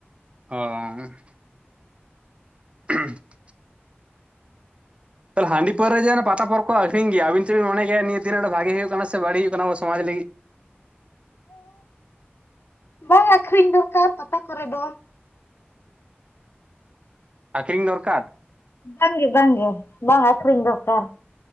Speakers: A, on the right (about 30°); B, on the left (about 70°).
A: ᱚᱸ <unintelligible> ᱛᱟᱦᱞᱮ ᱦᱟᱺᱰᱤ ᱯᱟᱹᱣᱨᱟᱹ ᱡᱮ ᱯᱟᱛᱟ ᱯᱚᱨᱚᱵᱽ ᱠᱚ ᱟᱹᱠᱷᱨᱤᱧ ᱜᱮᱭᱟ ᱟᱵᱤᱱ ᱪᱮᱫᱵᱤᱱ ᱢᱚᱱᱮ ᱜᱮᱭᱟ ᱱᱤᱭᱟᱹ ᱛᱤᱱᱟᱹᱜ ᱜᱟᱱ ᱵᱷᱟᱜᱮ ᱦᱩᱭᱩᱜ ᱠᱟᱱᱟ ᱥᱮ ᱵᱟᱹᱲᱤᱡ ᱦᱩᱭᱩᱜ ᱠᱟᱱᱟ ᱟᱵᱚ ᱥᱚᱢᱟᱡᱽ ᱞᱟᱹᱜᱤᱫ?
B: ᱵᱟᱝ-ᱟ ᱟᱠᱷᱨᱤᱧ ᱫᱚᱨᱠᱟᱨ ᱯᱟᱛᱟ ᱠᱚᱨᱮ ᱫᱚ᱾
A: ᱟᱠᱠᱷᱨᱤᱧ ᱫᱚᱨᱠᱟᱨ?
B: ᱵᱟᱝ ᱜᱮ ᱵᱟᱝ ᱜᱮ ᱵᱟᱝ ᱟᱹᱠᱷᱨᱤᱧ ᱫᱚᱨᱠᱟᱨ᱾